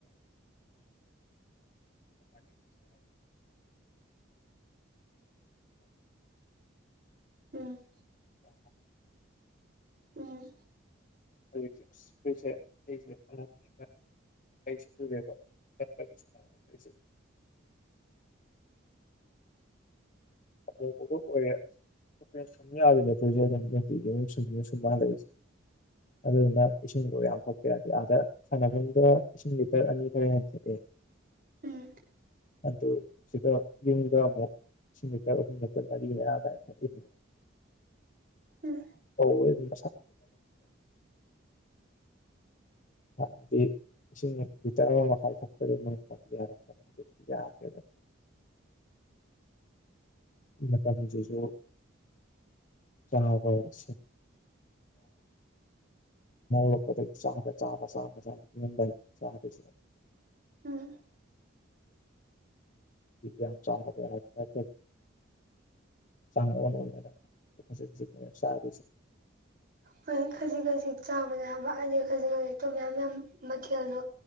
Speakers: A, on the left (about 40°); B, on the right (about 45°).
A: <unintelligible> <inaudible>
B: ꯎꯝ
A: <inaudible>
B: ꯎꯝ
A: ꯍꯧꯖꯤꯛ ꯑꯁ ꯑꯩꯁꯦ ꯑꯩꯁꯦ ꯈꯔ ꯐꯤꯡꯒꯠ ꯀꯩꯁ ꯇꯦꯕ ꯆꯠꯄꯁ ꯑꯄꯣ ꯒꯣ ꯒꯨꯠ ꯣꯏꯦ ꯔꯦꯁ ꯑꯃ ꯌꯥꯈꯤꯗꯦ <unintelligible> ꯁꯨ ꯃꯥ ꯂꯩ ꯑꯗꯨꯗꯨꯅ ꯏꯁꯤꯡꯗꯣ ꯌꯥꯝ ꯊꯣꯛꯄꯦ ꯌꯥꯗꯗꯤ ꯑꯥꯗ ꯁꯥꯟꯅꯐꯝꯗ ꯏꯁꯤꯡ ꯂꯤꯇꯔ ꯑꯅꯤ ꯈꯔ ꯍꯦꯟ ꯊꯛꯑꯦ
B: ꯎꯝ
A: ꯑꯗꯨ ꯁꯤꯗ ꯌꯨꯝꯗ ꯑꯃꯨꯛ ꯁꯤ ꯑꯍꯨꯝ ꯔꯤ ꯑꯌꯥꯗꯥꯏ ꯊꯛꯏ
B: ꯎꯝ
A: ꯀꯧ ꯑꯗꯨꯝ ꯁꯅꯗꯤ <unintelligible> ꯏꯁꯤꯡ ꯂꯤꯇꯔ ꯑꯃ ꯃꯈꯥ ꯊꯛꯄꯗ ꯅ ꯌꯥꯔꯒꯅꯤ ꯍꯧꯖꯤꯛꯇꯤ ꯌꯥꯈ꯭ꯔꯦ ꯃꯇꯝꯁꯤꯁꯨ <unintelligible> ꯇꯨꯝꯍꯧꯒꯠ ꯂꯛꯄꯗꯒꯤ ꯆꯥꯕꯥ ꯆꯥꯕꯥ ꯆꯥꯕꯥ ꯇꯨꯝꯃꯗꯥꯏꯐꯧ ꯆꯥꯗꯣꯏꯁꯦ ꯑꯩꯅ
B: ꯎꯝ
A: ꯌꯥꯝ ꯆꯔꯗ ꯌꯥ ꯆꯥꯡ ꯑꯣꯟ ꯑꯣꯟꯗꯅ ꯈꯖꯤꯛꯡ ꯈꯖꯤꯛ ꯅꯦꯕ ꯆꯥꯗꯣꯏꯁꯦ
B: ꯍꯣꯏ ꯈꯖꯤꯛ ꯈꯖꯤꯛ ꯆꯥꯕꯅꯦ ꯍꯥꯏꯕ ꯈꯖꯤꯛ ꯈꯖꯤꯛꯇꯣ ꯃꯌꯥꯝ ꯌꯥꯝ ꯃꯊꯦꯜꯗꯣ